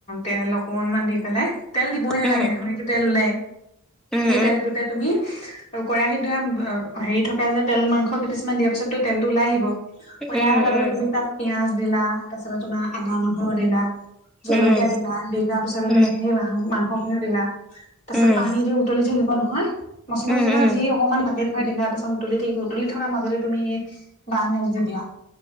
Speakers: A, on the left; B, in the centre.
A: তেল অকনমান দি পেলাই তেল দিবই
B: উম
A: নালাগে,
B: উম
A: গাহৰিটো তেল ওলায়েই।
B: উম উম
A: সেই তেলটোতেই তুমি, কেৰাহিত ধৰা হেৰি থকা যে তেল মা কেইপিছ মান দিয়াৰ পিছতটো তেলটো ওলাই আহিব, উলাই
B: উম উম
A: অহা লগতে
B: উম
A: তুমি তাত পিয়াঁজ দিলা, তাৰপিছত তোমাৰ আদা নহৰু দিলা, জলকীয়া
B: উম
A: দিলা, দি লোৱা পিছত
B: উম,
A: তুমি সেই মাংসখিনিও দিলা। তাৰ পিছত
B: উম,
A: পানী দি উতলি থাকিব নহয়, মচলা
B: উম,
A: চছলা
B: উম,
A: যি অকনমান লাগি পৰাই দিলা, তাৰপাত উতলি থাকিব উতলি থকাৰ মাজতেই তুমি এই বাঁহ গাজ দি দিয়া।